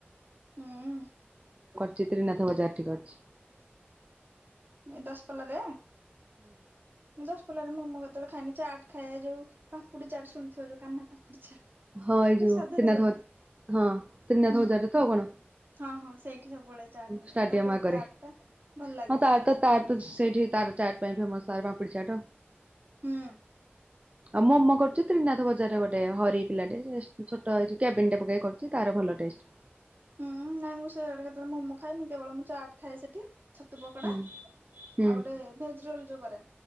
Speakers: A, on the right; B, on the right.
A: ହୁଁ।
B: ଚିତ୍ରିନାଥ ବଜାର ଠିକ ଅଛି।
A: ଏ ଦଶପଲାରେ, ଦଶପଲାରେ ମୋମୋ କେତେବେଳେ ଖାନି ଚାଟ୍ ଖାଇବା ଯଉଁ ପାମ୍ପୁଡ଼ି ଚାଟ୍ ଶୁଣିଥିବ ଯଉ କାନ୍ନା ପମ୍ପୁଡ଼ି ଚାଟ୍।
B: ହଁ ଏଇ ଯୋଉ
A: ସାଧାରେ
B: ତ୍ରିନାଥ,
A: କରେ
B: ହଁ ତ୍ରିନାଥ
A: ହୁଁ
B: ବଜାରରେ ତ କଣ।
A: ହଁ ହଁ ସେଇଠି ସବୁବେଳେ ଚାଟ ମୁଁ
B: ଷ୍ଟାଡିୟମ
A: ଖାଏ। ତା ଟେ
B: ଆଗରେ।
A: ଚାଟ ଟା ଭଲ ଲାଗେ।
B: ହଁ ତାର ତ ତାର ତ ସେଇଠି ତାର ଚାଟ ପାଇଁ ଫେମସ, ତାର ପାମ୍ପୁଡି ଚାଟ।
A: ହୁଁ।
B: ଆଉ ମୋମୋ କରୁଛି ତ୍ରିନାଥ ବଜାରରେ ଗୋଟେ ହରିଫ ପିଲାଟେ ଏ ଛୋଟ ଏଜେ କ୍ୟାବିନଟେ ପକେଇ କରୁଛି ତାର ଭଲ ଟେଷ୍ଟ।
A: ହୁଁ ନାଇଁ ମୁଁ ସେଆଡେ କେତେବେଳେ ମୋମୋ ଖାଏନି, କେବଳ ମୁଁ ଚାଟ୍ ଖାଏ ସେଠି। ଛତୁ ପକୋଡ଼ା
B: ହୁଁ
A: ଆଉ
B: ହୁଁ।
A: ଗୋଟେ ଭେଜ ରୋଲ ଯୋ କରେ।